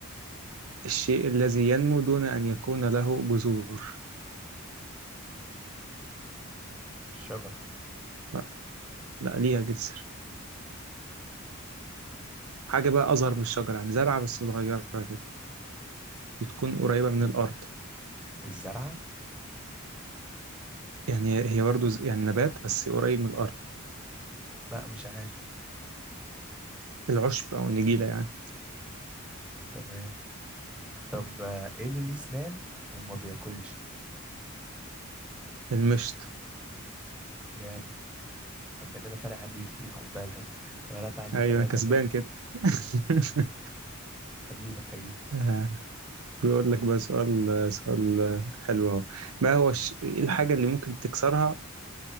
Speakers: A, on the right; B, in the centre.
A: الشيء الذي ينمو دون أن يكون له جذور
B: الشجرة
A: لا, لا ليها جذر حاجة بقى أصغر من الشجرة يعني زرعة بس صغيرة كده بتكون قريبة من الأرض
B: الزرعة
A: يعني هي برضو ز- يعني نبات بس قريب من الأرض
B: لا مش عارف
A: العشب أو النجيلة يعني
B: تمام طب آه، ايه اللي ليه سنان وما بياكلش
A: المشط
B: جامد انت كده فارق عني كتير خد بالك لو فرقت عني
A: أيوة
B: بتلاتة
A: أنا كسبان
B: كده
A: كده <laughs>
B: هجيبك هجيبك
A: آه، بيقول لك بقى سؤال سؤال حلو أهو ما هو الش- إيه الحاجة اللي ممكن تكسرها